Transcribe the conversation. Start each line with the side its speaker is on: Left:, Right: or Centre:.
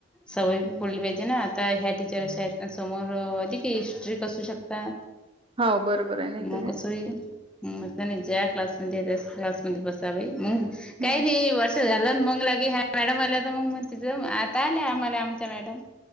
Centre: सवयी बोलली पाहिजे ना, आता ह्या टीचर शाळेत समोर अधिक स्ट्रीट असू शकता.
Right: हो बरोबर आहे नाही
Centre: <unintelligible> मग
Right: तर काय.
Centre: कसय त्यांनी ज्या, क्लासमध्ये त्या क्लासमध्ये बसं. मग काही
Right: हम्म
Centre: वर्ष झालं मग. मॅडम आल्या तर मग म्हणते, तिथं आता आल्या आम्हाला आमच्या मॅडम.